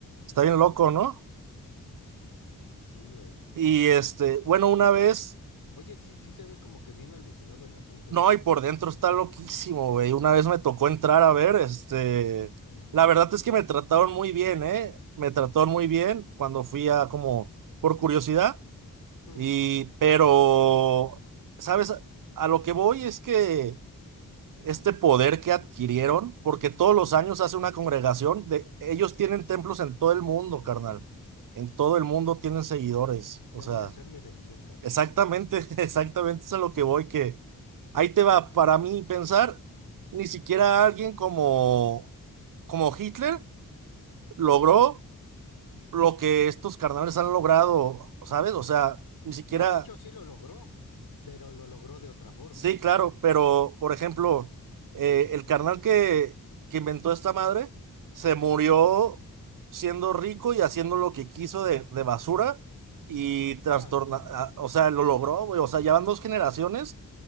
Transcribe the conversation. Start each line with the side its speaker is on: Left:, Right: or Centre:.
Right: Está bien loco, ¿no?
Left: Sí, güey.
Right: Y este, bueno, una vez,
Left: Oye, sí, sí se ve como que bien alucinado el asunto,
Right: no,
Left: ¿eh?
Right: y por dentro está loquísimo, güey. Una vez me tocó entrar a ver, este,
Left: Ujú.
Right: la verdad es que me trataron muy bien, ¿eh? Me trataron muy bien cuando fui a como, por curiosidad.
Left: Ujú.
Right: Y, pero, ¿sabes? A lo que voy es que este poder que adquirieron, porque todos los años hace una congregación, de, ellos tienen templos en todo el mundo, carnal. En todo el mundo tienen seguidores. O
Left: Ya
Right: sea,
Left: voy a hacer mi religión, cabrón.
Right: exactamente, <laughs> exactamente es a lo que voy, que ahí te va, para mí pensar, ni siquiera
Left: Ajá.
Right: alguien como, como Hitler logró lo que estos carnales han logrado, ¿sabes? O sea, ni siquiera...
Left: No, de hecho sí lo logró, pero lo logró de otra forma.
Right: Sí, claro, pero por ejemplo, eh, el carnal que, que inventó esta madre se murió siendo rico y haciendo lo que quiso de, de basura y trastorna,
Left: Claro.
Right: a- o sea, lo logró, güey, o sea, ya van dos generaciones